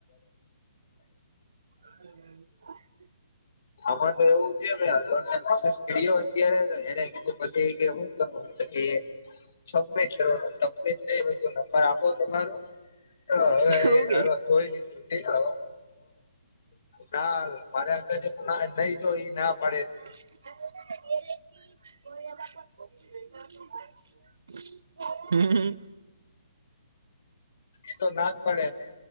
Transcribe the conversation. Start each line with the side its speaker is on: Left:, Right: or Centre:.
Right: <inaudible>
Left: આમાં તો એવું છે હલ્લો ને સ્ટીડીઓ અત્યારે તો એને કીધું પછી કે શું કરું એટલે કે સમેત સમે <unintelligible> નંબર આપો તમારો તો હવે
Right: એવું કે
Left: જોઈ લીધું છે અ ના મારે આગળ જે ના નઈ જો એ ના પાડે.
Right: <unintelligible> <inaudible> હમ્મ હમ્મ.
Left: એ તો ના જ પડે છે